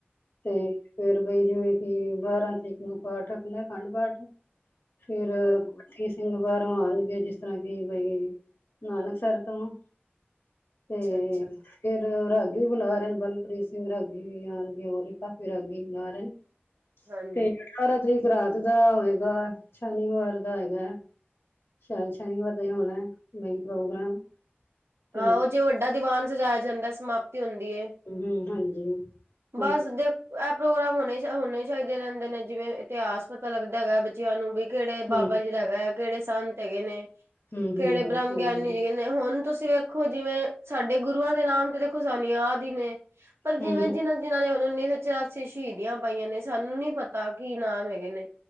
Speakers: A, on the left; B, on the right.
A: ਤੇ
B: ਹਮ
A: ਫਿਰ ਬਈ ਜਿਵੇਂ ਕਿ, ਬਾਰਾਂ ਤਰੀਕ ਨੂੰ ਪਾਠ ਰੱਖਣਾ, ਅਖੰਡ ਪਾਠ। ਫਿਰ,
B: ਹਾਂਜੀ
A: ਪਾਠੀ ਸਿੰਘ ਬਾਹਰੋਂ ਆਣਗੇ ਜਿਸ ਤਰ੍ਹਾਂ ਕਿ ਬਈ, ਨਾਨ਼ਕਸਰ ਤੋਂ। ਤੇ
B: ਅੱਛਾ ਅੱਛਾ
A: ਫਿਰ, ਰ੍ਹਾਗੀ ਵੀ ਬੁਲਾ ਰਹੇ ਨੇ, ਬਲਪ੍ਰੀਤ ਸਿੰਘ ਰ੍ਹਾਗੀ ਵੀ ਆਣ ਤੇ ਹੋਰ ਈ, ਪਾ ਰ੍ਹਾਗੀ ਬੁਲਾਰੇਨ,
B: ਹਾਂਜੀ
A: ਤੇ ਅਠਾਰਾਂ ਤਰੀਕ ਰਾਤ ਦਾ ਹੋਏਗਾ, ਸ਼ਨੀਵਾਰ ਦਾ ਹੈਗਾ। ਸ਼ਾਇਦ ਸ਼ਨੀਵਾਰ ਦਾ ਹੋਣੈ, ਮਈ ਪ੍ਰੋਗਰਾਮ। ਤੇ
B: ਹਾਂ ਉਹ ਜੇ ਵੱਡਾ ਦੀਵਾਨ ਸਜਾਇਆ ਜਾਂਦਾ ਸਮਾਪਤੀ ਹੁੰਦੀ ਏ।
A: ਹੂੰ ਹਾਂਜੀ। ਹਾਂ
B: ਬਸ ਦੇ ਇਹ ਪ੍ਰੋਗਰਾਮ ਹੋਣੇ 'ਚ ਹੋਣੇ ਚਾਈਦੇ ਰਹਿੰਦੇ ਨੇ ਜਿਵੇਂ ਇਤਿਹਾਸ ਪਤਾ ਲੱਗਦਾ ਹੈਗਾ ਅ ਬਚੇ ਬੱਚਿਆਂ ਨੂੰ ਵੀ ਕਿਹੜੇ
A: ਹਮ
B: ਬਾਬਾ ਜੀ ਦਾ ਹੈਗਾ ਐ, ਕਿਹੜੇ ਸੰਤ ਹੈਗੇ ਨੇ,
A: ਹਮ
B: ਕਿਹੜੇ
A: ਹਮ
B: ਬ੍ਰਹਮ
A: ਸਹੀ
B: ਗਿਆਨੀ
A: ਗੱਲ
B: ਜੀ ਹੁਣ ਤੁਸੀਂ ਵੇਖੋ ਜਿਵੇਂ ਸਾਡੇ ਗੁਰੂਆਂ ਦੇ ਨਾਮ ਤੇ ਦੇਖੋ ਸਾਨੂੰ ਯਾਦ ਈ ਨੇ। ਪਰ ਜਿਵੇਂ
A: ਹਮ
B: ਜਿੰਨਾ ਜਿਨ੍ਹਾਂ ਨੇ ਹੁਣ ਉੱਨੀ ਸੌ ਚੁਰਾਸੀ ਸ਼ਹੀਦੀਆਂ ਪਾਈਆਂ ਨੇ ਸਾਨੂੰ ਨੀ ਪਤਾ ਕੀ ਨਾਮ ਹੈਗੇ ਨੇ।